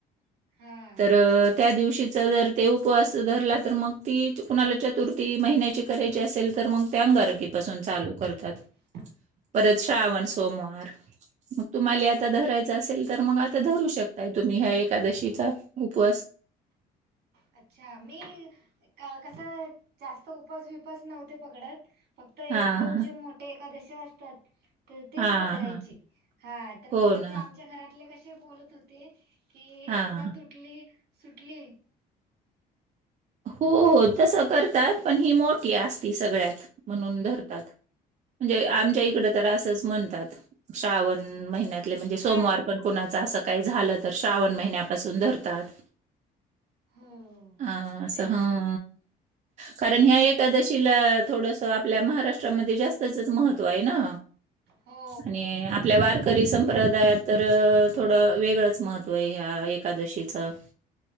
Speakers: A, on the right; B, on the right.
A: हा
B: तर त्या दिवशीचा जर ते उपवास धरला तर, मग ती कुणाला चतुर्थी महिन्याची करायची असेल तर, मग त्या अंगारकी पाासून चालू करतात.
A: ह <inaudible>
B: परत श्रावण सोमवार मग तुम्हाले आता धरायचं असेल, तर मग आता धरू शकताय, तुम्ही ह्या एकादशीचा उपवास.
A: अच्छा मी का कस जास्त उपास बीपास नव्हते पकडत. फक्त एक
B: हां,
A: दोन
B: हां.
A: जे मोठे एकादशी असतात तर तेच
B: हां,
A: पकडायची,
B: हां.
A: हा तर
B: हो
A: मग
B: ना.
A: ते आमच्या घरातले कसे बोलत होते कि?
B: हां,
A: एकदा
B: हां.
A: तुटली, सुटली
B: हो हो तसं करतात. पण ही मोठी असती सगळ्यात म्हणून धरतात. म्हणजे आमच्या इकड तर असंच म्हणतात. श्रावण महिन्यात म्हणजे सोमवार
A: हा
B: पण कोणाचा अस काही झालं तर, श्रावण महिन्यापासून धरतात.
A: हो
B: हा असं
A: तेच,
B: हा कारण ह्या एकादशी तीला थोडस आपल्या महाराष्ट्रामध्ये जास्तचच महत्त्व आहे ना.
A: हो
B: आणि आपल्या वार करी संप्रदायात तर थोडं वेगळंच महत्त्व आहे. ह्या एकादशीचं.